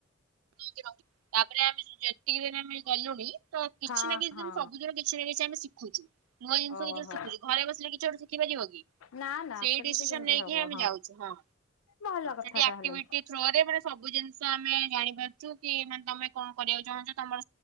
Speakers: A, on the right (about 85°); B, on the left (about 75°).
A: ନେଇକି ରହୁଛି। ତାପରେ ଆମେ ଯେତିକି ଦିନ ଆମେ ଗଲୁଣି ତ କିଛି
B: ହଁ
A: ନା କିଛି
B: ହଁ
A: ଦିନ ସବୁଦିନ କିଛି ନା କିଛି ଆମେ ଶଖଛି ନୂଆ ଜିନିଷ
B: ଓହୋ
A: କିଛି ଶିଖୁଛିି ଘରେ ବସିଲେ କିଛି ଶଖିାରିବ କି
B: ନା ନା
A: ସେଇ
B: ସେମିତି
A: ଡିସିସନ
B: କେମିତି
A: ନେଇକିଁ
B: ହବ
A: ଆମେ ଯାଉଛୁ ହଁ
B: ଭଲ କଥା
A: ସେଠରୋନେ
B: ତାହେଲେ
A: ସବୁ ଜିନିଷ ଆମେ ଜାଣିପାରୁଛୁ କିାନ ତମେ କଣ କରିବାକୁ ଚାହୁଁଛ ତମର